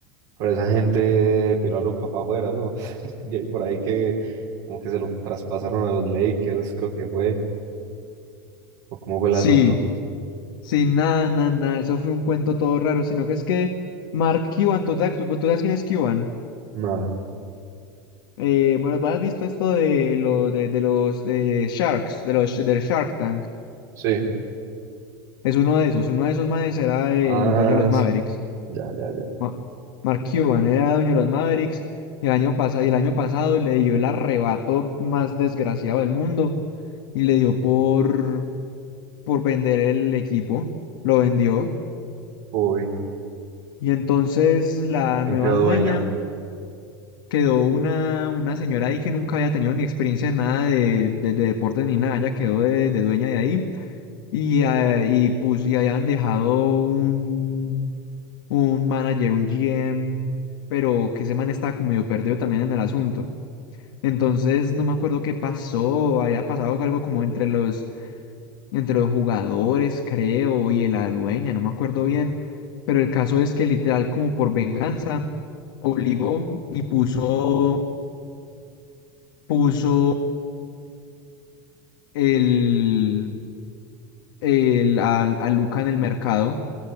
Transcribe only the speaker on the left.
Sí,
sí, nada, nada, nada, eso fue un cuento todo raro, sino que es que Mark Cuban, ¿tú, te- tú tú sabes quién es Cuban?
Eh, bueno, ¿tú has visto esto de, lo, de, de los de Sharks, de los del Shark Tank?
Es uno de esos. Uno de esos manes era el
dueño de los Mavericks.
Ma- Mark Cuban era dueño de los Mavericks y el año pasado, y el año pasado le dio el arrebato más desgraciado del mundo y le dio por, por vender el equipo. Lo vendió.
Y entonces la
nueva
dueña
quedó una, una señora ahí que nunca había tenido ni experiencia en nada de, de, de deportes ni nada. Ella quedó de de dueña de ahí. Y, ah, y, pus- y habían dejado un, un manager, un GM, pero que ese man estaba como medio perdido también en el asunto. Entonces no me acuerdo qué pasó, había pasado algo como entre los, entre los jugadores, creo, y la dueña, no me acuerdo bien. Pero el caso es que literal como por venganza obligó y puso, puso el, el, a, a Luca en el mercado